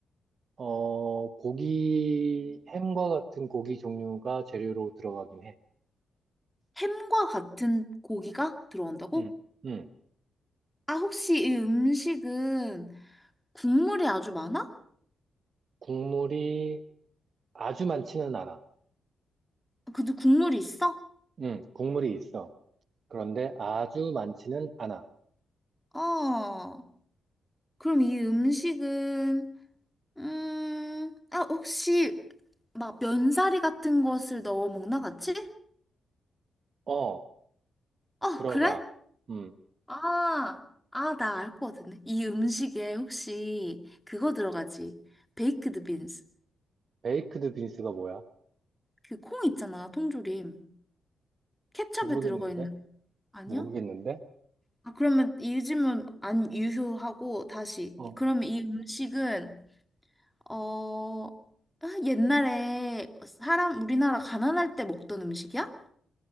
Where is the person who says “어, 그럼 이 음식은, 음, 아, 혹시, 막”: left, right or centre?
Centre